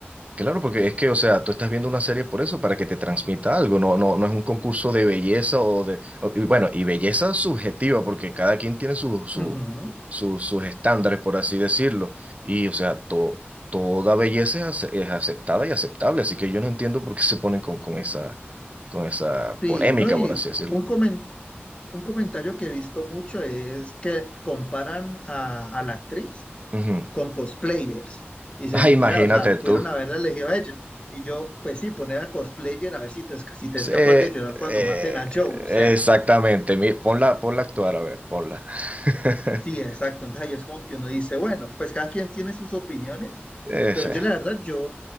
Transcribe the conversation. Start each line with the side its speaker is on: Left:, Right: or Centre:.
Right: Claro, porque es que, o sea, tú estás viendo una serie por eso, para que te transmita algo, no, no, no es un concurso de belleza o de, o- y bueno, y belleza subjetiva, porque cada quien tiene su, su-
Left: Ujú.
Right: su- sus estándares, por así decirlo, y, o sea, to- toda belleza es, ace- es aceptada y aceptable, así que yo no entiendo por qué se ponen con, con esa, con esa
Left: Sí,
Right: polémica,
Left: no, y
Right: por así decirlo.
Left: un, comen- un comentario que he visto mucho es que comparan a, a la actriz.
Right: Ujú.
Left: con cosplayers. Y dicen,
Right: Ah, imagínate
Left: mira, o sea, pudieron
Right: tú.
Left: haberla elegido a ella. Y yo, pues sí, poner a cosplayer a ver si te, es- si te
Right: Sí,
Left: es capaz
Right: eh,
Left: de llorar cuando maten a Joel, o sea,
Right: exactamente, mi- ponla, ponla a actuar, a ver, ponla. <laughs>
Left: sí, exacto. Entonces ahí es como que uno dice, bueno, pues cada quien tiene sus opiniones,
Right: Ese.
Left: pero yo la verdad, yo,